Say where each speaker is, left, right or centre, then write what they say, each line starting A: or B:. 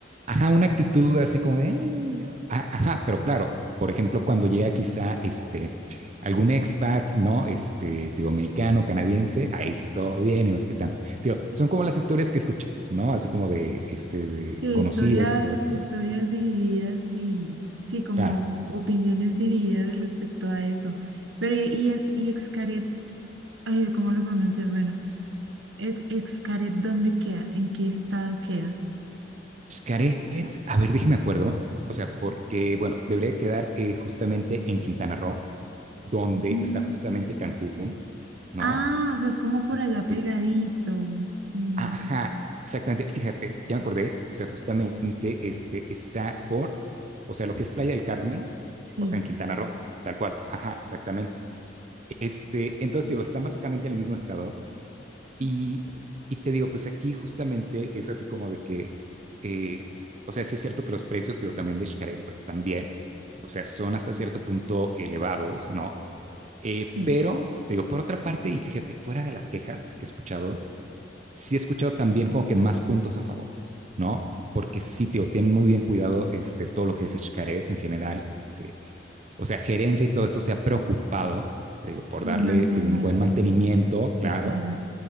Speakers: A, on the right; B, on the right.
A: ajá, una actitud así como de, eh, a- ajá, pero claro, por ejemplo, cuando llega quizá este, algún expat, ¿no? Este, digo, americano, canadiense, ahí sí todo bien y no sé qué tanto. Digo, son como las historias que escuchan, ¿no? Así como de, este, de
B: Sí,
A: conocidos
B: historias,
A: y todo esto.
B: historias divididas y sí, como
A: Claro.
B: opiniones divididas respecto a eso. Pero y, y es y Xcaret, ay, ¿cómo lo pronuncias? Bueno. Ex- Xcaret, ¿dónde queda? ¿En qué estado queda?
A: Xcaret, a ver, déjeme acuerdo. O sea, porque, bueno, debería quedar eh, justamente en Quintana Roo, donde
B: Mm,
A: está justamente Cancún, ¿no?
B: Ah, o sea, es como por
A: Este,
B: allá pegadito. Mm,
A: ajá, exactamente. Fíjate, ya me acordé. O sea, justamente este, está por, o sea, lo que es Playa del Carmen,
B: sí,
A: o sea, en Quintana Roo, tal cual. Ajá, exactamente. Este, entonces, te digo, están básicamente en el mismo estado. Y, y te digo, pues aquí justamente es así como de que, eh, o sea, sí es cierto que los precios, te digo, también de Xcaret, pues también, o sea, son hasta cierto punto elevados, ¿no? Eh,
B: sí,
A: pero, te digo, por otra parte, y fíjate, fuera de las quejas que he escuchado, sí he escuchado también como que más puntos a favor, ¿no? Porque sí, te digo, tienen muy bien cuidado este, todo lo que es Xcaret en general, este, o sea, gerencia y todo esto se ha preocupado, te digo, por
B: por
A: darle
B: mantener
A: te digo, un buen
B: el...
A: mantenimiento,
B: Sí,
A: claro,
B: claro.